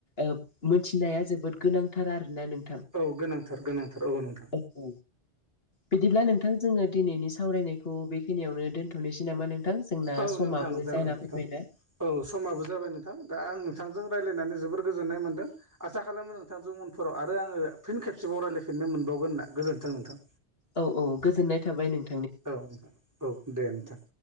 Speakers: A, on the left; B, on the right.
A: ओ मोनथिनाया जोबोद गोनांथार आरो ना नों
B: औ गोनांथार गोनांथार औ नोंथां
A: औ बिदिब्ला नोंथां जोङो दिनैनि सावरायनायखौ बेखिनियावनो दोनथ'नोसै नामा नों जोंना
B: औ
A: समाबो
B: नोंथां जागोन
A: जाना
B: नोंथां
A: फैबायना
B: औ समाबो जाबाय नोंथां दा आं नोंथांजों रायज्लायनानै जोबोर गोजोननाय मोनदों आसा खालामो नोंथांजों उनफोराव आरो आङो फिन खेबसेबाव रायलायफिननो मोनबावगोन होनना गोजोन्थों नोंथां
A: औ औ गोजोननाय थाबाय नों
B: औ नोंथां औ दे नोंथां